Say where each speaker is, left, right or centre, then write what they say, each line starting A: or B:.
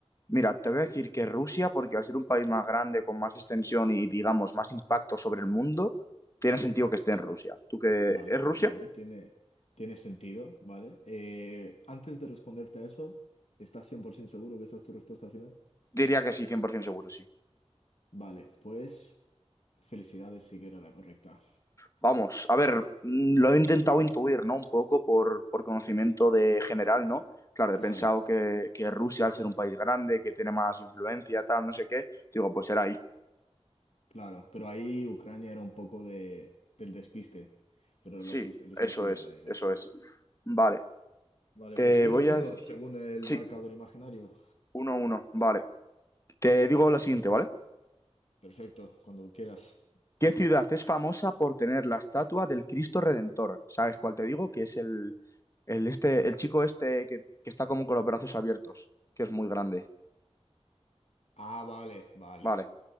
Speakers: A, on the left; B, on the left.
A: mira, te voy a decir que Rusia, porque al ser un país más grande, con más extensión y, digamos, más impacto sobre el mundo, tiene sentido que esté en Rusia. ¿Tú que
B: Vale,
A: es Rusia?
B: vale, tiene, tiene sentido, ¿vale? Eh, antes de responderte a eso, ¿estás 100% seguro que esa es tu respuesta final?
A: Diría que sí, 100% seguro, sí.
B: Vale, pues felicidades sí que era la correcta.
A: Vamos, a ver, mm, lo he intentado intuir, ¿no? Un poco por, por conocimiento de general, ¿no? Claro,
B: Claro,
A: he pensado que, que Rusia, al ser un país grande, que tiene más influencia, tal, no sé qué, digo, pues será ahí.
B: claro, pero ahí Ucrania era un poco de, del despiste, pero
A: Sí,
B: lo hiciste, lo hiciste
A: eso
B: bien
A: es,
B: ahí, vale.
A: eso es. Vale.
B: Vale,
A: Te
B: pues uno
A: voy
B: uno
A: a decir...
B: según el
A: Sí,
B: marcador imaginario.
A: uno, a uno, vale. Te digo lo siguiente, ¿vale?
B: Perfecto, cuando quieras.
A: ¿Qué ciudad es famosa por tener la estatua del Cristo Redentor? ¿Sabes cuál te digo? Que es el, el, este, el chico este que, que está como con los brazos abiertos, que es muy grande.
B: Ah, vale, vale,
A: Vale,